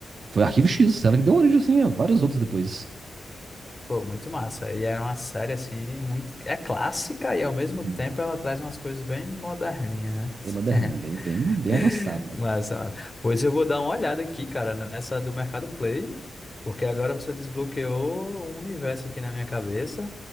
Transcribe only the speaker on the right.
foi Arquivo X, série que deu origem assim a várias outras depois.
Sim.
Bem moderninha,
bem, bem,
bem avançada,
né?